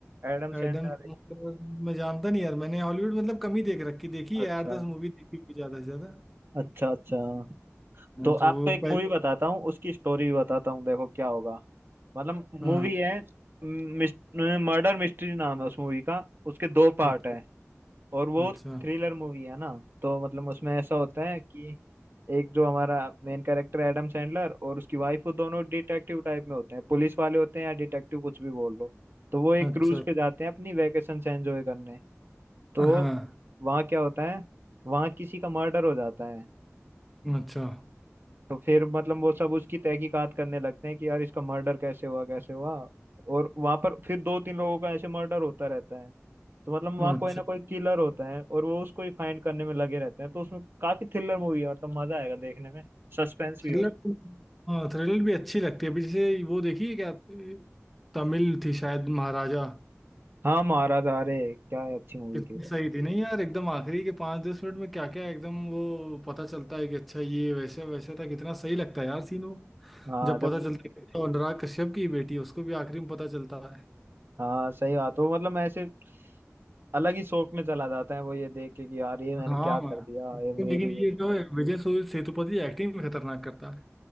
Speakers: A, on the right; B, in the centre.
A: Adam Sandler
B: एडम मतलब मैं जानता नहीं यार मैंने हॉलीवुड मतलब कम ही देख रखी देखी
A: अच्छा
B: है आठ दस मूवी देखी हुई ज्यादा से ज्यादा
A: अच्छा अच्छा
B: हाँ।
A: तो
B: तो
A: आपको
B: वो
A: एक
B: पहले
A: मूवी बताता हूँ उसकी स्टोरी भी बताता हूँ देखो क्या होगा मतलब
B: हाँ
A: मूवी है मर्डर मिस्ट्री नाम है उस मूवी का उसके दो पार्ट
B: अच्छा
A: है और वो
B: अच्छा
A: थ्रिलर मूवी है ना तो मतलब उसमें ऐसा होता है कि एक जो हमारा मेन कैरेक्टर एडम सैंडलर और उसकी वाइफ वो दोनों डिटेक्टिव टाइप में होते हैं पुलिस वाले होते हैं या डिटेक्टिव कुछ भी बोल लो तो वो एक
B: अच्छा
A: क्रूज पे जाते हैं अपनी वैकेशन से एंजॉय करने तो
B: हाँ
A: वहाँ क्या होता है वहाँ किसी का मर्डर हो जाता है
B: अच्छा
A: तो फिर मतलब वो सब उसकी तहकीकात करने लगते हैं कि यार इसका मर्डर कैसे हुआ कैसे हुआ और वहां पर फिर दो तीन लोगों का ऐसे मर्डर होता रहता है तो मतलब वहां
B: अच्छा
A: कोई ना कोई किलर होता है और वो उसको ही फाइंड करने में लगे रहते हैं तो उसमें काफी थ्रिलर मूवी है मतलब मजा आएगा देखने में सस्पेंस भी
B: थ्रिलर
A: हो
B: हाँ थ्रिलर भी अच्छी लगती है अभी जैसे वो देखी है क्या तमिल थी शायद महाराजा
A: हाँ महाराज अरे क्या ही अच्छी मूवी
B: कितनी
A: थी वो
B: सही थी नहीं यार एकदम आखिरी के पाँच दस मिनट में क्या क्या एकदम वो पता चलता है कि अच्छा ये वैसे वैसे था कितना सही लगता है यार सीन वो
A: हाँ
B: जब
A: जब
B: पता चलता है कि वो अनुराग कश्यप की बेटी है, उसको भी आखिरी में पता चलता है
A: हाँ सही बात वो मतलब ऐसे अलग ही शौक में चला जाता है वो ये देख के कि यार ये मैंने
B: हाँ
A: क्या कर दिया
B: उसको
A: ये मेरी
B: लेकिन ये जो है विजय सूर्य सेतुपति एक्टिंग भी खतरनाक करता है